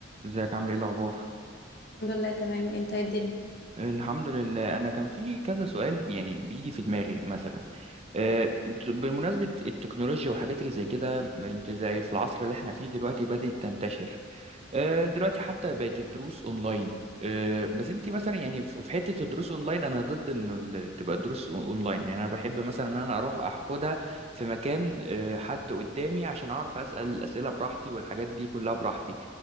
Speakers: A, on the right; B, on the left.
A: ازيك عامل ايه الاخبار
B: الحمد لله تمام انت ايه الدنيا
A: الحمد لله انا كان في كذا سؤال يعني بيجي في دماغي مثلا آه، بمناسبة التكنولوجيا والحاجات اللي زي كده انت زي في العصر اللي احنا فيه دلوقتي بدأت تنتشر آه، دلوقتي حتى بقت الدروس اونلاين آه، بس انت مثلا يعني في في حتة الدروس اونلاين انا ضد انه ال- تبقى الدروس أون- اونلاين يعني انا بحب مثلا ان انا اروح اخدها في مكان آه، حد قدامي عشان اعرف اسأل الاسئلة براحتي والحاجات دي كلها براحتي